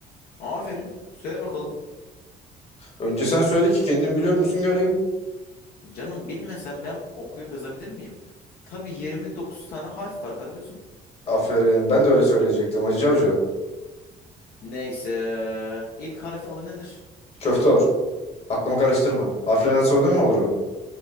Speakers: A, on the left; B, on the left.
A: Aferin. Söyle bakalım.
B: Önce sen söyle ki kendin biliyor musun göreyim.
A: Canım bilmesem ben okuyup yazabilir miyim? Tabii 29 tane harf var Karagöz'üm.
B: Aferin. Ben de öyle söyleyecektim Hacı Avcı.
A: Neyse. İlk harfin adı nedir?
B: Köfteor. Aklımı karıştırma. Harflerin adı soruda mı olur o?